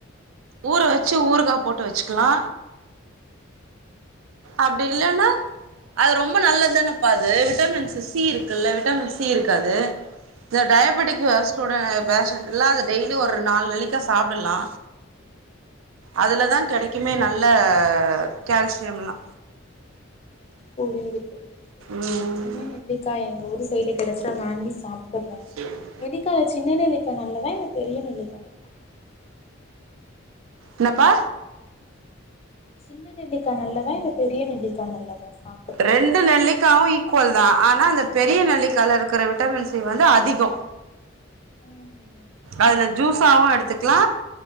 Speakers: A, on the right; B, on the left.
A: ஊர வச்சு ஊருகா போட்டு வச்சுக்கலா அப்டி இல்லனா அது ரொம்ப நல்லதுதான பா அது விட்டமின்ஸு சி இருக்குல்ல விட்டமின் சி இருக்காது இந்த டயபெட்டிக்கு ஸ்டூட பேஷண்ட்லா அது டெய்லி ஒரு நால் நெல்லிக்கா சாப்டலா அதுலதா கெடைக்குமே நல்ல கேல்சியம்லா
B: புரியுது புரியுது புரியுது
A: ம்
B: நா இனிமே நெல்லிக்கா எங்க ஊர் சைடு கெடச்சா வாங்கி சாப்புறே
A: செரிமா
B: நெல்லிக்கால சின்ன நெல்லிக்கா நல்லதா இல்ல பெரிய நெல்லிக்கா வா
A: என்னப்பா
B: சின்ன நெல்லிக்கா நல்லதா இல்ல பெரிய நெல்லிக்கா நல்லதா சாப்புட்றதுக்கு
A: ரெண்டு நெல்லிக்காவு ஈக் குவல் தா ஆனா அந்த பெரிய நெல்லிக்கால இருக்கற விட்டமின் சி வந்து அதிகோ
B: ம்ஹு
A: அதுல ஜூஸாவு எடுத்துக்லா